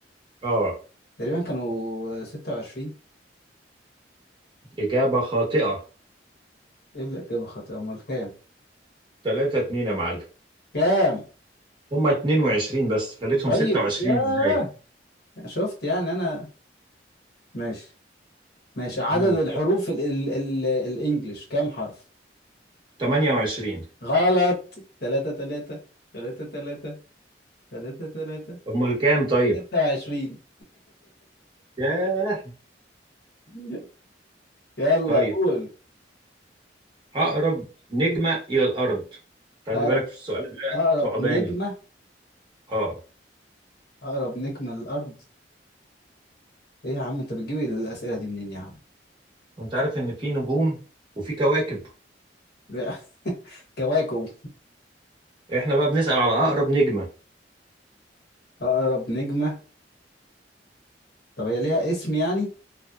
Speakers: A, on the right; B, on the left.
A: اه
B: تقريبا كانوا 26
A: إجابة خاطئة
B: إيه الإجابة خاطئة أمال كام
A: 3 2 يا معلم
B: كام
A: هما 22 بس خليتهم
B: طيب
A: 26
B: ياه
A: إزاي؟
B: شفت يعني أنا ماشي ماشي عدد
A: مم.
B: الحروف ال ال ال الإنجليش كام حرف
A: 28
B: غلط تلاتة تلاتة تلاتة تلاتة تلاتة تلاتة
A: أمال كام طيب؟
B: ستة وعشرين
A: ياه
B: <laughs> يلا
A: طيب
B: قول
A: أقرب نجمة إلى الأرض خلي
B: أقرب
A: بالك في السؤال ده
B: أقرب
A: صعباني
B: نجمة
A: آه
B: أقرب نجمة للأرض إيه يا عم أنت بتجيب الأسئلة دي منين يا عم
A: أنت عارف إن في نجوم وفي كواكب
B: لا. <laughs> كواكب
A: إحنا بقى بنسأل على أقرب نجمة
B: أقرب نجمة طب هي ليها اسم يعني